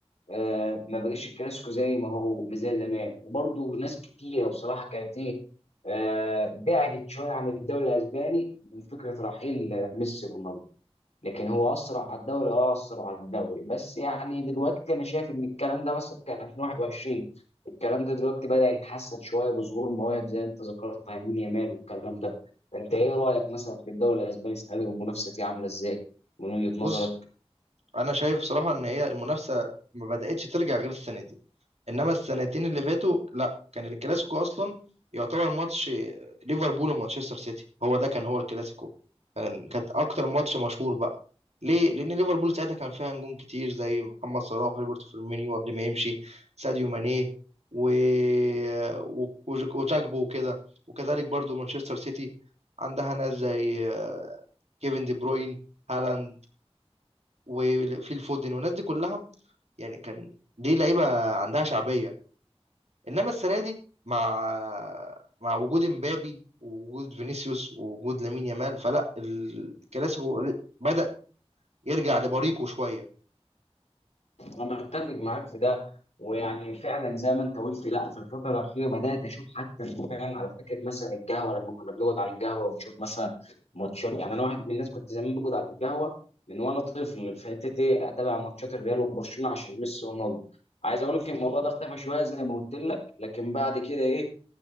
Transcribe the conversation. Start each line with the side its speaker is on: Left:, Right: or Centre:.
Left: آه، ما بقاش الكلاسيكو زي ما هو زي زمان وبرضه ناس كتيرة بصراحة كانت ايه آه، بعدت شوية عن الدوري الأسباني من فكرة رحيل آه، ميسي ورونالدو لكن هو أثر على الدوري أه أثر على الدوري بس يعني دلوقتي أنا شايف إن الكلام ده مثلا كان 2021 الكلام ده دلوقتي بدأ يتحسن شوية بظهور مواهب زي أنت ذكرت يمين يامال والكلام ده أنت إيه رأيك مثلا في الدوري الأسباني السنة دي والمنافسة فيه عاملة إزاي من وجهة
Right: بص
Left: نظرك؟
Right: انا شايف بصراحه ان هي المنافسه ما بداتش ترجع غير السنه دي انما السنتين اللي فاتوا لا كان الكلاسيكو اصلا يعتبر ماتش ليفربول ومانشستر سيتي هو ده كان هو الكلاسيكو كان كانت اكتر ماتش مشهور بقى ليه لان ليفربول ساعتها كان فيها نجوم كتير زي محمد صلاح روبرت فيرمينيو قبل ما يمشي ساديو ماني و... و... وج- وجاكبو وكده وكذلك برضو مانشستر سيتي عندها ناس زي كيفن دي بروين هالاند وفيل فودن والناس دي كلها يعني كان دي لعيبه عندها شعبيه انما السنه دي مع مع وجود امبابي ووجود فينيسيوس ووجود لامين يامال فلا الكلاسيكو بدأ يرجع لبريقه شويه
Left: انا بتفق معاك في ده ويعني فعلا زي ما انت قلت لا في الفتره الاخيره بدات اشوف حتى فعلا على فكره مثلا القهوه لما كنا بنقعد على القهوه ونشوف مثلا ماتشات يعني انا واحد من الناس كنت زمان بقعد على القهوه من وانا طفل في حته ايه اتابع ماتشات الريال وبرشلونه عشان ميسي ورونالدو عايز اقول لك الموضوع ده اختفى شويه زي ما قلت لك لكن بعد كده ايه